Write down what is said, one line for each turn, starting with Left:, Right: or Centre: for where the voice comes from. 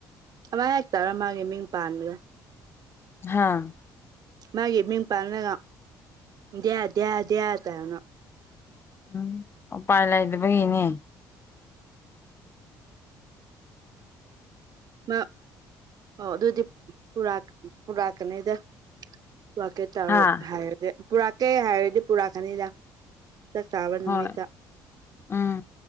Right: ꯑꯃ ꯍꯦꯛ ꯇꯧꯔ ꯃꯥꯒꯤ ꯃꯤꯡ ꯄꯥꯟꯕꯗꫭ
Left: ꯍꯥꯥ
Right: ꯃꯥꯒꯤ ꯃꯤꯡ ꯄꯥꯟꯂꯒ ꯗꯤꯌꯔ ꯗꯤꯌꯔ ꯗꯤꯌꯔ <unintelligible>
Left: ꯎꯝ ꯎꯄꯥꯏ ꯂꯩꯗꯕꯒꯤꯅꯦ
Right: ꯃꯥ ꯑꯣ ꯑꯗꯨꯗꯤ ꯄꯨꯔꯛ ꯄꯨꯔꯛꯀꯅꯤꯗ ꯄꯨꯔꯛꯀꯦ ꯇꯧꯔ
Left: ꯍꯥꯥ
Right: ꯍꯥꯏꯔꯗꯤ ꯄꯨꯔꯛꯀꯦ ꯍꯥꯏꯔꯗꯤ ꯄꯨꯔꯛꯀꯅꯤꯗ ꯆꯥꯛ ꯆꯥꯕ ꯅꯨꯃꯤꯠꯇ
Left: ꯍꯣꯏ ꯎꯝ